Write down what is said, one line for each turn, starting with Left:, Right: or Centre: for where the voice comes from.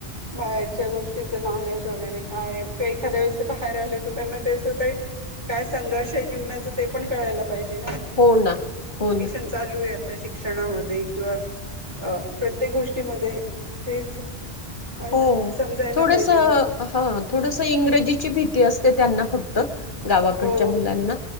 Right: बाहेरच्या गोष्टीचं नॉलेज वगैरे काय आहे ते एखाद्या वेळेस ते बाहेर आले तर त्यांना तेस काही काय संघर्ष जीवच पण कयला पाहिजे
Left: हो ना हो ना
Right: चालू आहे आता शिक्षणामध्ये किंवा अ प्रत्येक गोष्टीमध्ये तेच ला
Left: हो.
Right: समजायला
Left: थोडस
Right: पाहिजेत त्या
Left: हा थोडस इंग्रजीची भीती असते त्यांना फक्त गावाकडच्या
Right: हो
Left: मुलांना